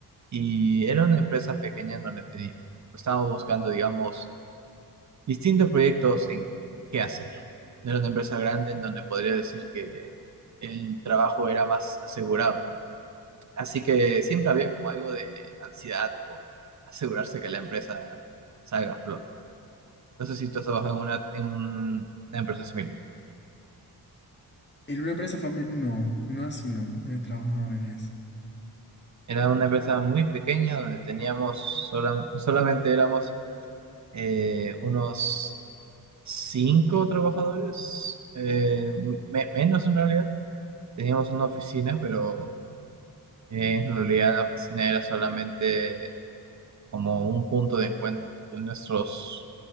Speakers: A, on the right; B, on the left.
A: y era una empresa pequeña en donde teníamos, estábamos buscando, digamos, distintos proyectos en qué hacer. No Era una empresa grande en donde podría decir que el trabajo era más asegurado. Así que siempre había como algo de ansiedad por asegurarse que la empresa salga a flote. No sé si tú has trabajado en una, en un- una empresa similar.
B: En una empresa familiar... No, no así no, no he trabajado en eso.
A: Era una empresa muy pequeña donde teníamos, solam- solamente éramos eh, unos cinco trabajadores, eh, me- menos en realidad. Teníamos una oficina, pero eh, en realidad la oficina era solamente como un punto de encuentro. Nuestros,